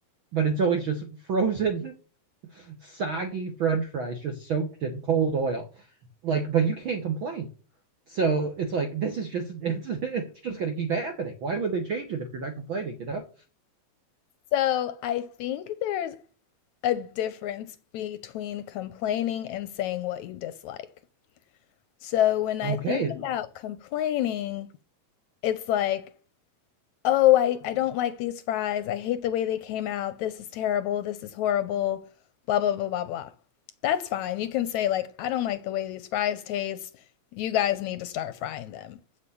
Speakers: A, on the right (about 75°); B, on the left (about 75°).
A: but it's always just frozen soggy French fries just soaked in cold oil. Like, but you can't complain. So it's like this is just <laughs> it's it's just gonna keep happening. Why would they change it if you're not complaining? You know?
B: So I think there's a difference between complaining and saying what you dislike. So when I
A: Okay.
B: think about
A: <laughs>
B: complaining, it's like, oh, I, I don't like these fries. I hate the way they came out. This is terrible. This is horrible. Blah, blah, blah, blah, blah. That's fine. You can say, like, I don't like the way these fries taste. You guys need to start frying them.